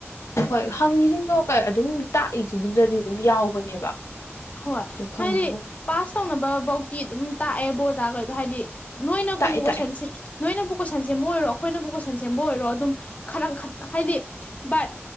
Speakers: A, on the left; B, on the left.
A: ꯍꯣꯏ ꯍꯪꯉꯤꯖꯤꯡꯗꯣ ꯑꯗꯨꯝ ꯇꯥꯛꯏꯖꯤꯡ ꯗꯨꯗꯗꯤ ꯑꯗꯨꯝ ꯌꯥꯎꯕꯅꯦꯕ
B: ꯍꯣꯏ
A: ꯑꯗꯣ ꯈꯪꯗꯦꯕꯣ
B: ꯍꯥꯏꯗꯤ ꯄꯥꯁ ꯇꯧꯅꯕ ꯕꯧꯇꯤ ꯑꯗꯨꯝ ꯇꯥꯛꯑꯦꯕꯣ ꯖꯥꯒꯩꯗꯣ ꯍꯥꯏꯗꯤ ꯅꯣꯏꯅꯕꯨ
A: ꯇꯥꯛꯑꯦ
B: ꯀꯣꯏꯁꯟꯁꯤ
A: ꯇꯥꯛꯑꯦ
B: ꯅꯣꯏꯅꯕꯨ ꯀꯣꯏꯁꯟ ꯁꯦꯝꯕ ꯑꯣꯏꯔꯣ ꯑꯩꯈꯣꯏꯅꯕꯨ ꯀꯣꯏꯁꯟ ꯁꯦꯝꯕ ꯑꯣꯏꯔꯣ ꯑꯗꯨꯝ ꯈꯔꯪ ꯈꯠ ꯍꯥꯏꯗꯤ ꯕꯠ